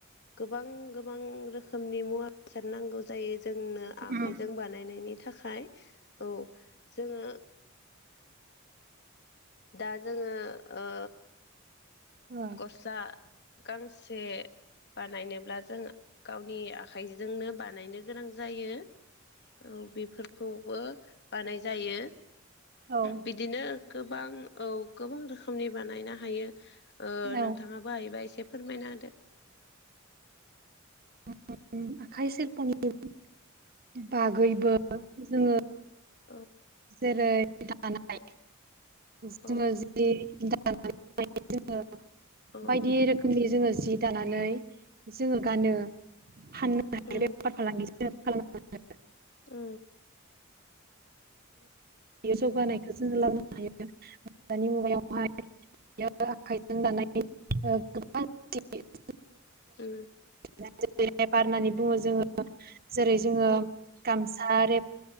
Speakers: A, on the left; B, on the right.
A: गोबां गोबां रोखोमनि मुवा बेसाद नांगौ जायो जोंनो आखाइजों
B: उम
A: बानायनायनि थाखाय औ जोङो दा जोंङो ओ
B: ओ
A: गसा गांसे बानायनोब्ला जों गावनि आखाइजोंनो बानायनो गोनां जायो औ बेफोरखौबो बानाय जायो
B: औ
A: बिदिनो गोबां औ गोबां रोखोमनि बानायनो हायो ओ नोंथांङाबो
B: औ
A: हायोबा एसे फोरमायना होदो <inaudible>
B: <unintelligible> बागैबो जोंङो
A: औ
B: जेरै दानाय जोंङो
A: औ
B: जि दानाय जोंङो
A: औ
B: बायदि रोखोमनि जोंङो जि दानानै जोंङो गानो फाननोहायो
A: उम
B: बेफार फालांगि <unintelligible>
A: औ
B: जौगानायखो जोंङो लाबो हायो दानि मुगायावहाय लाबोनो हायो <unintelligible>
A: उम
B: <unintelligible> बुंङो जोंङो जेरै जोंङो
A: औ
B: गामसा रे